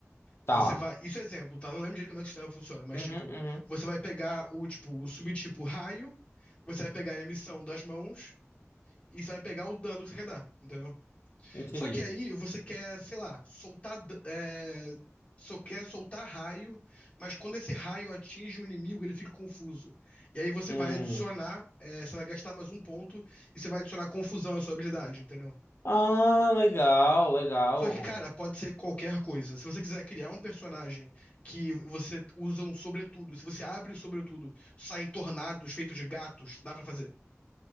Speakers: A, on the left; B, on the left.
A: Tá.
B: Você vai. Isso é exemplo, tá? Não lembro direito como é que o sistema funciona, mas
A: Uhum,
B: tipo,
A: uhum,
B: você vai pegar o tipo, o subtipo raio, você vai pegar a emissão das mãos e você vai pegar o dano que você quer dar, entendeu?
A: entendi.
B: Só que aí você quer, sei lá, soltar. é, só quer soltar raio, mas quando esse raio atinge o inimigo, ele fica confuso. E aí você
A: Hum.
B: vai adicionar, é, você vai gastar mais um ponto e você vai adicionar confusão à sua habilidade, entendeu?
A: Ah, legal, legal.
B: Só que, cara, pode ser qualquer coisa. Se você quiser criar um personagem que você usa um sobretudo, se você abre o sobretudo, saem tornados feitos de gatos, dá pra fazer,